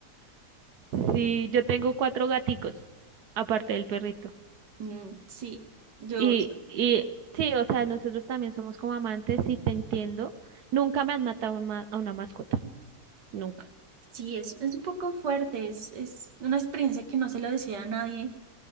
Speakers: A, on the right (about 70°); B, on the right (about 85°).
A: Sí, yo tengo cuatro gaticos, aparte del perrito.
B: Mm, Sí, yo,
A: Y, y sí, o sea, nosotros también somos como amantes y te entiendo. Nunca me han matado un ma- a una mascota, nunca.
B: sí, es, es un poco fuerte, es, es una experiencia que no se lo desea a nadie